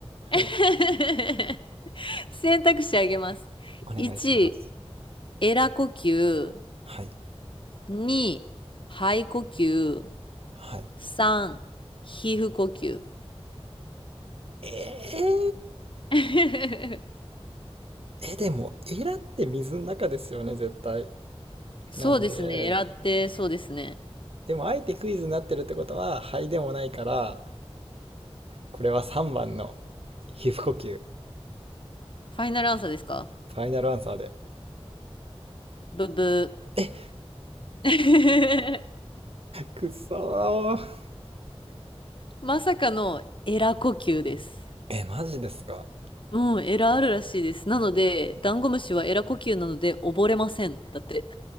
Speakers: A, on the left; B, on the right.
A: <laughs>
B: はい。
A: 選択肢あげます。
B: お願いします。
A: 1、エラ呼吸。
B: はい。
A: 2、肺呼吸。
B: はい。
A: 3、皮膚呼吸。
B: え
A: <laughs>
B: え、でも、エラって水の中ですよね、絶対。
A: そうですね。
B: なんで、
A: エラって、そうですね。
B: でも、あえてクイズになってるってことは、肺でもないから、これは3番の皮膚呼吸、
A: ファイナルアンサーですか
B: ファイナルアンサーで。
A: ブブ
B: え、
A: ー。<laughs>
B: くそー。
A: まさかのエラ呼吸です。
B: え、マジですか。
A: うん、エラあるらしいです。なので、ダンゴムシはエラ呼吸なので溺れません。だって。